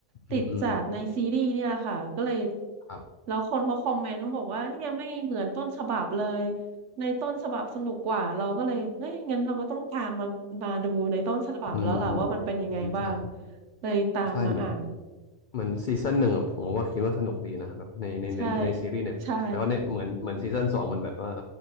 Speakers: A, on the left; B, on the right.
A: อืมอืม
B: ติดจากในซีรีส์เนี่ยแหละค่ะก็เลย
A: ครับ
B: แล้วคนเขาคอมเมนต์บอกว่าเนี่ยไม่เหมือนต้นฉบับเลยในต้นฉบับสนุกกว่าเราก็เลยเฮ้ยงั้นเราก็ต้องตามมามาดูในต้นฉบับแล้วล่ะว่ามันเป็นยังไงบ้าง
A: อืมอืมอืมใช่
B: เลยตามมาอ่าน
A: ใช่เหมือนเหมือนซีซั่นหนึ่งอะผมว่าคิดว่าสนุกดีนะแบบในในในในซีรีส์เน็ตแต่ว่าในเหมือนเหมือนซีซั่นสองมันแบบว่า
B: ใช่ใช่